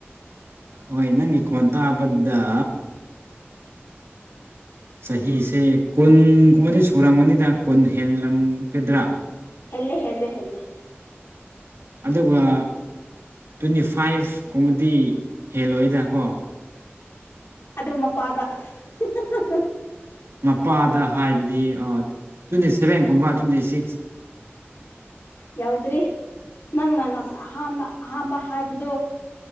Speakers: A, on the right; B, on the left.
A: ꯍꯣꯏ ꯅꯪꯒꯤ ꯈꯣꯟ ꯇꯥꯕꯗ ꯆꯍꯤꯁꯦ ꯀꯨꯟꯒꯨꯝꯕꯗꯤ ꯁꯨꯔꯝꯒꯅꯤꯗ ꯀꯨꯟ ꯍꯦꯟꯂꯝꯒꯗ꯭ꯔꯥ
B: ꯍꯦꯜꯂꯦ ꯍꯦꯜꯂꯦ ꯍꯦꯜꯂꯦ
A: ꯑꯗꯨꯒ ꯇ꯭ꯋꯦꯟꯇꯤꯐꯥꯏꯚ ꯀꯨꯝꯕꯗꯤ ꯍꯦꯜꯂꯣꯏꯗꯀꯣ
B: ꯑꯗꯨ ꯃꯄꯥꯗ ꯍ ꯍ ꯍ ꯍ
A: ꯃꯄꯥꯗ ꯍꯥꯏꯕꯗꯤ ꯑ ꯇ꯭ꯋꯦꯟꯇꯤ ꯁꯦꯚꯦꯟꯒꯨꯝꯕ ꯇ꯭ꯋꯦꯟꯇꯤ ꯁꯤꯛꯁ
B: ꯌꯥꯎꯗ꯭ꯔꯤ ꯅꯪꯅ ꯉꯁ ꯑꯍꯥꯝꯕ ꯑꯍꯥꯝꯕ ꯍꯥꯏꯕꯗꯣ